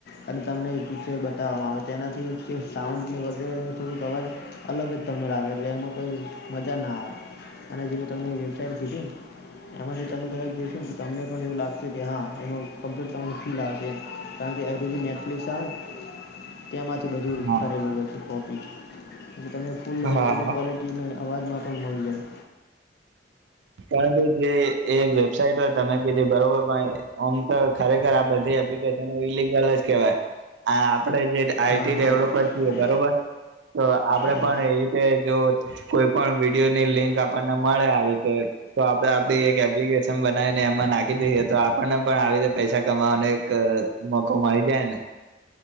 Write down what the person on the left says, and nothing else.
અને તમને <unintelligible> છે બતાવવામાં આવે તેનાથી જે સાઉન્ડ વગેરેનો થોડોક અવાજ અલગ જ તમને લાગે એટલે એમાં કંઈ મજા ના આવે અને જે હું તમને વેબસાઇટ કીધી ને એમાંથી તમે કદાચ જોશો ને તો તમને પણ એવું લાગશે કે હા એમાં કમ્પ્યુટ તમને ફીલ આવશે એમ કારણ કે એ <unintelligible> એટલી સાર તેમાંથી બધું
કરેલું હોય છે પોપ. <inaudible> જો તમે ફૂલ એચડી
ક્વલિટીનો અવાજમાં પણ મળી જાય.
હા હા
હા